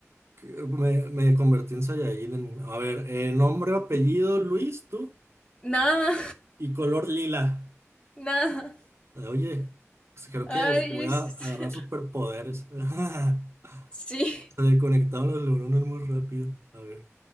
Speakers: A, on the right (about 55°); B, on the left (about 20°).
A: Que Me, me convertí en Saiyajin. en- A ver, eh, nombre o apellido Luis, tú,
B: nada,
A: y color lila.
B: nada.
A: Oye, pues creo
B: Ay,
A: que voy
B: lo hiciste-
A: a agarrar superpoderes. <laughs>
B: Sí.
A: Se le conectaron los neuronas muy rápido. A ver.